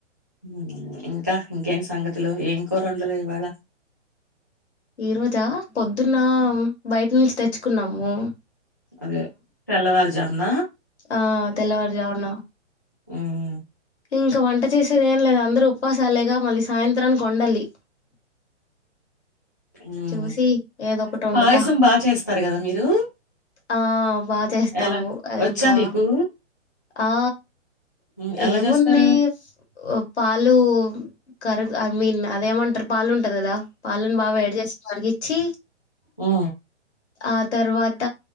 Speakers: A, on the left; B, on the left.
A: ఉమ్మ్ ఇంకా ఇంకేమి సంగతులు ఏం కూరండావ్ ఇవాళ
B: ఈ రోజా పొద్దున్న ఉమ్ బయట నుంచి తె చ్చుకున్నాము
A: అదే తెల్లవారుజా ఉన్న
B: ఆ తెల్లవారుజామున
A: ఉమ్
B: ఇంక వంట చేసేది ఏం లేదు అందరు ఉపవాసాలేగా మళ్ళీ సాయన్ త్రం కొండాలి
A: ఉమ్
B: చూసి ఏదో ఒకటి వండుదా
A: పాయసం బా చేస్తారు కదా మీరు
B: ఆ బా చేస్తాము
A: ఎలా వచ్చా
B: ఇంకా
A: నీకు
B: ఆ
A: హ్మ్. ఎలా
B: ఏముంది
A: చేస్తారు
B: ఉ పాలు కర ఐ మీన్ అదేమంటారు పాలు ఉంటంది కదా పాలను బాగా ఏడి చేస్ ఇచ్చి
A: ఆ
B: ఆ తర్వాత